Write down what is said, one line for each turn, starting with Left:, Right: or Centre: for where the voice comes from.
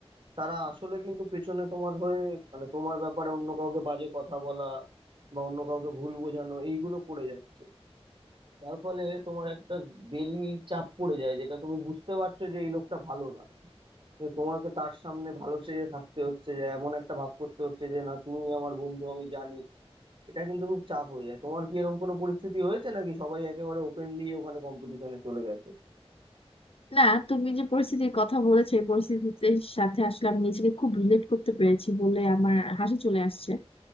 Right: তারা আসলে কিন্তু পেছনে তোমার হয়ে মানে তোমার ব্যাপারে অন্য কাউকে বাজে কথা বলা বা অন্য কাউকে ভুল বোঝানো এইগুলো করে যাচ্ছে তার ফলে তোমার একটা বেলি চাপ পড়ে যায় যেটা তুমি বুঝতে পারছো যে এই লোকটা ভালো না যে তোমাকে তার সামনে ভালো সেজে থাকতে হচ্ছে যে এমন একটা ভাব করতে হচ্ছে যে না তুমি আমার বন্ধু আমি জানি এটা কিন্তু খুব চাপ হয়ে যায় তোমার কি এরকম কোনো পরিস্থিতি হয়েছে নাকি সবাই একেবারে ওপেনলি ওখানে কম্পিটিশনে চলে গেছে
Left: না তুমি যে পরিস্থিতির কথা বলেছো এই পরিস্থিতির সাথে আসলে আমি নিজেকে খুব রিলেট করতে পেরেছি বলে আমার হাসি চলে আসছে